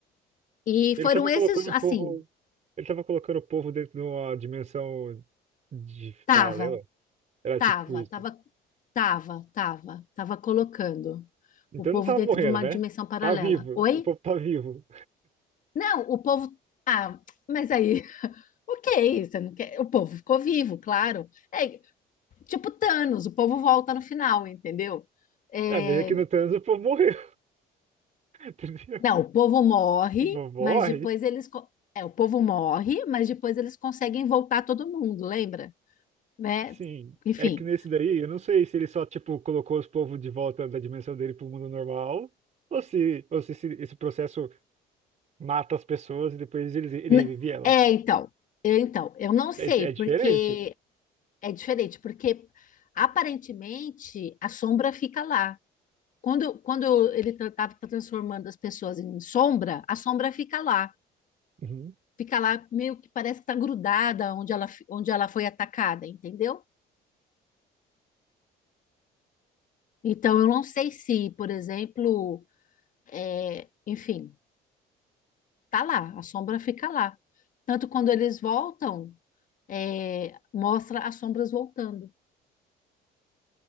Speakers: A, on the left; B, on the right.
A: E foram
B: Ele estava
A: esses,
B: colocando
A: assim,
B: o povo, ele estava colocando o povo dentro de uma dimensão de
A: tava,
B: paralela. Era
A: tava,
B: tipo isso.
A: tava, tava, tava, tava colocando
B: Então
A: o povo
B: não tava
A: dentro
B: morrendo,
A: de uma
B: né?
A: dimensão paralela.
B: Tá vivo.
A: Oi?
B: O povo tá vivo.
A: Não, o povo, ah, mas aí, <laughs> ok, você não quer, o povo ficou vivo, claro. É, Tipo Thanos, o povo volta no final, entendeu? É,
B: É, mas aqui no Thanos o povo morreu, <laughs> entendeu?
A: Não, o povo morre,
B: O povo morre?
A: mas depois eles. co- É, o povo morre, mas depois eles conseguem voltar todo mundo, lembra? Né?
B: Sim.
A: Enfim.
B: É que nesse daí, eu não sei se ele só, tipo, colocou os povos de volta da dimensão dele pro mundo normal, ou se, ou se esse, esse processo mata as pessoas e depois ele, ele
A: N-
B: revive elas.
A: É, então. Eu, então, eu não sei,
B: É, é
A: porque
B: diferente.
A: é diferente, porque aparentemente a sombra fica lá. Quando, quando ele estava transformando as pessoas em sombra, a sombra fica lá.
B: Uhum.
A: fica lá meio que parece que está grudada onde ela, fi- onde ela foi atacada, entendeu? Então, eu não sei se, por exemplo, é, enfim, tá lá, a sombra fica lá. Tanto quando eles voltam, é, mostra as sombras voltando.